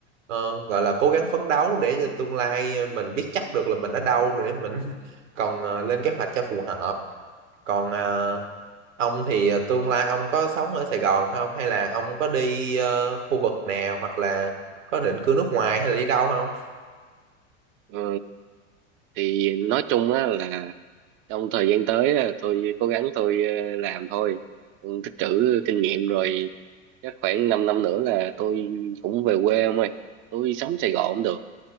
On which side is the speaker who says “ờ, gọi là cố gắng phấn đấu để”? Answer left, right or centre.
Right